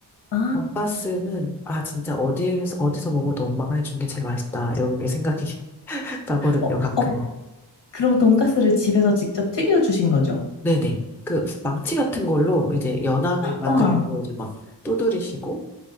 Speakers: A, on the left (about 65°); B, in the centre.
A: 아,
B: 돈가스는, 아, 진짜 어디에서, 어디서 먹어도 엄마가 해준 게 제일 맛있다, 이런 게 생각이 <laughs> 나거든요,
A: 어,
B: 가끔.
A: 어, 그럼 돈가스를 집에서 직접 튀겨주신 거죠?
B: 네네. 그, 망치 같은 걸로 이제 연하게 만들려고
A: 와,
B: 이제 막 두드리시고,